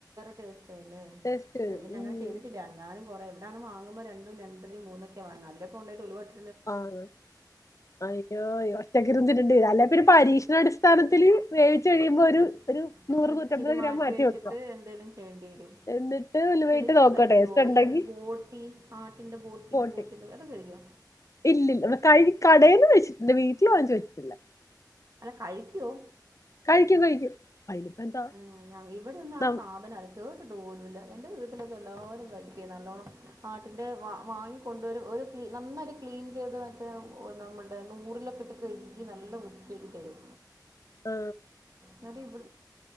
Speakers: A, on the right; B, on the left.
A: ടേസ്റ്റ്ല്ലേ
B: ടേസ്റ്റ് വരും
A: ഞാന് പിന്നെ
B: ഉം
A: അനെ ചെയ്തിട്ട ഞാനോ കുറ എവിടാണ് വാങ്ങുമ്പോ രണ്ടും രണ്ടര മൂന്നൊക്കെ വങ്ങ അതിനൊക്കെണ്ടായിട്ട് ഉലുവ ഇട്ട്
B: ആഅയോ ഒറ്റക്ക് ഇിരുന്ന് തിന്നേണ്ടിയിരും അല്ലപിന്നെ പരീക്ഷണാടിസ്ഥാനത്തിൽ വേവിച്ച കഴിയുമ്പോ ഒരു
A: ഉ
B: ഒരു നൂറ് നൂറ്റമ്പത്
A: ച്ചിരി മാറ്റി
B: ഗ്രാം
A: വെച്ചിട്ട്
B: വെക്കുക
A: എന്തെലും ചെയ്യേണ്ടി വരും
B: എന്നിട്ട് ഉലുവയിട്ട്
A: പിന്നെ ഇതൊക്കെ
B: നോക്കുക
A: കഴിക്കുവോ
B: ടേസ്റ്റ് ഉണ്ടെങ്കി
A: ഈ ബോട്ടി ആട്ടിന്റെ ബോട്ടി
B: പോട്ടെ
A: പോത്തിന്റെടെ അതൊ കഴിക്കോ
B: ഇല്ലില്ല ഇവിട കഴി കടേന്ന് കഴിച്ചിട്ട്ണ്ട് വീട്ടില് വാങ്ങിച്ച് കഴിച്ചിട്ടില്ല.
A: കഴിക്കുവോ?
B: കഴിക്കും കഴിക്കും. എന്താ
A: ഉം ഞ ഇവിടെ ഒന്നും ആ
B: നം
A: സാധനം ആരും കേട്ട് പോലുല്ല എന്റെ വീട്ടിലൊക്കെ എല്ലാവരും കഴിക്കുഏ നല്ലോണ്ണം ആട്ടിന്റെ വാങ് വാങ്ങിക്കൊണ്ടു വരും ഒരുക്ലീ നന്നായിട്ട് ക്ലീൻ ചെയ്ത് മറ്റേ നമ്മളുടെ നൂറിലൊക്കെ ഇട്ട് കഴുകി നല്ല വൃത്തിയാക്കിതരും
B: ആ
A: ന്നട്ടി ഇബ്ൾ